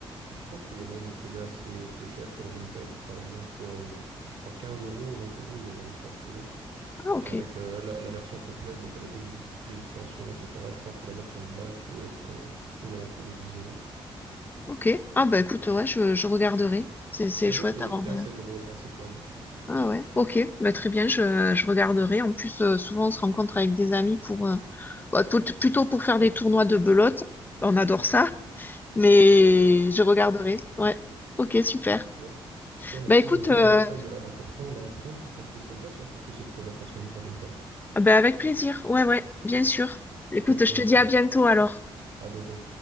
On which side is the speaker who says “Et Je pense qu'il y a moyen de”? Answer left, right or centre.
Right